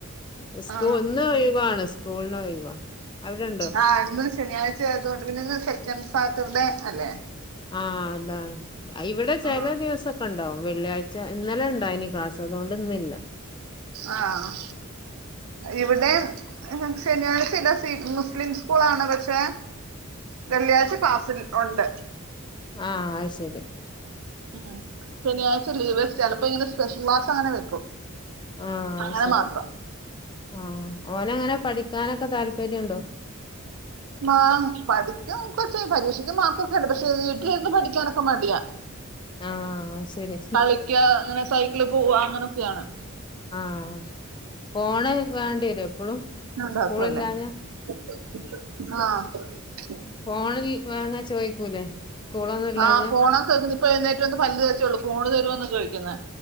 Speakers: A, on the left (about 20°); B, on the right (about 85°).
A: സ്കൂൾ
B: ആ
A: ഇന്ന് ഒയ് വാണ്. സ്കൂൾന് ഒയ് വാ. അവിടെണ്ടോ?
B: ആ ഇന്ന് ശനിയാഴ്ച ആയതുകൊണ്ട് പിന്നേന്ന് സെക്കൻ് സാറ്റർടെ അല്ലേ?
A: ആഹ് അതാണ് ഇവടെ ചെല
B: ആ
A: ദിവസൊക്കെണ്ടാവും. വെള്ളിയാഴ്ച ഇന്നലെണ്ടായ്നി. ക്ലാസ് അതോണ്ട് ഇന്നില്ല.
B: ആഹ് ഇവിടെ ശനിയാഴ്ച ഇല്ല. സി മുസ്ലിം സ്കൂളാണ് പക്ഷേ. വെള്ളിയാഴ്ച ക്ലാസിൽ ഒണ്ട്
A: അഹ് അത് ശരി
B: ഉം ശനിയാഴ്ച ലീവ് ചെലപ്പോ ഇങ്ങനെ സ്പെഷ്യൽ ക്ലാസ് അങ്ങനെ വെക്കും.
A: ആഹ് അത്
B: അങ്ങനെ
A: ശരി.
B: മാത്രം
A: ആഹ് ഓനങ്ങനെ പഠിക്കാനൊക്കെ താല്പര്യംണ്ടോ?
B: മാ പഠിക്കും ഒക്കെ ചെയ്യും. പരീക്ഷക്ക് മാർക്കൊക്കണ്ട്. പക്ഷേ വീട്ടിലിരുന്ന് പഠിക്കാനൊക്കെ മടിയാ.
A: ആഹ് അത് ശരി
B: കളിക്കാ അങ്ങനെ സൈക്കിള് പോവാ അങ്ങനൊക്കെയാണ്
A: ആഹ് ഫോണ് വേണ്ടിവരോ എപ്പളും.
B: ഉണ്ടാക്കുമല്ലേ
A: സ്കൂളില്ലാഞ്ഞാ.
B: ആഹ്
A: ഫോണിൽ വേങ്ങ ചോയ്ക്കൂലേ സ്കൂളൊന്നുംല്ലാഞ്ഞ
B: ആഹ് ഫോണൊക്കെ വെക്കുന്നു ഇപ്പൊ എഴുന്നേറ്റ് വന്ന് പല്ല് തേച്ചേള്ളൂ ഫോണ് തരുവോന്ന് ചോദിക്കുന്നെ